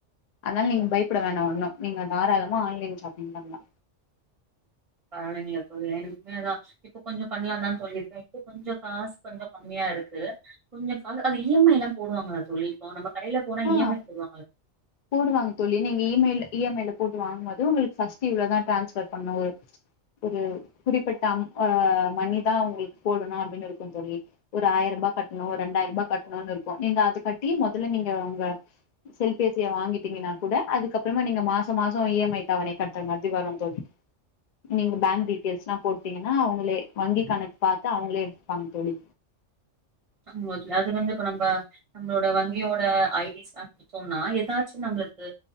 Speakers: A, on the left; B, on the right.
A: அதனால நீங்க பயப்பட வேணா ஒன்னும் நீங்க தாராளமா ஆன்லைன் ஷாப்பிங் பண்ணலா
B: பரவல நீங்க போது எனக்குமே அதா இப்ப கொஞ்சோ பண்ணலாந்தா தோழி சொல்லியிருக்கே இப்போ கொஞ்சோ காஸ் கொஞ்சோ கம்மியா இருக்கு கொஞ்சோ நாங்க அது இஎம்ஐல்லா போடுவாங்களா தோழி இப்போ நம்ம கடையில போனா இஎம்ஐ
A: ஆ
B: போடுவாங்கள தோ
A: போடுவாங்க தோழி நீங்க இமயில் இஎம்ஐயல போட்டு வாங்கது உங்களுக்கு பஸ்ட் இவ்வளதா டிரான்ஸ்பர் பண்ணு ஒரு குறிப்பிட்ட அம் ஆ மணிதா உங்களுக்கு போடணு அப்பிடின்னு இருக்கு தோழி ஒரு ஆயிரம் ரூபா கட்டணு ரெண்டாயிரரூபா கட்டணு இருக்கு நீங்க அது கட்டி முதல்ல நீங்க உங்க செல் பேசிய வாங்கிட்டீங்கன்னா கூட அதுக்க அப்புறமா நீங்க மாச மாசம் இஎம்ஐ தவணை கட்டுற மாதிரி வரும் தோழி நீங்க பேங்க் டீட்டெயில்ஸ் எல்லா போட்டீங்கன்னா அவங்களே வங்கி கணக்கு பாத்து அவங்களே எடுத்துப்பாங்க தோழி
B: அம்மா தோழி அது வந்து இப்ப நம்ப நம்பளோட வங்கியோட ஐடிஸ் தா சொன்னா ஏதாச்சு நம்மளுக்கு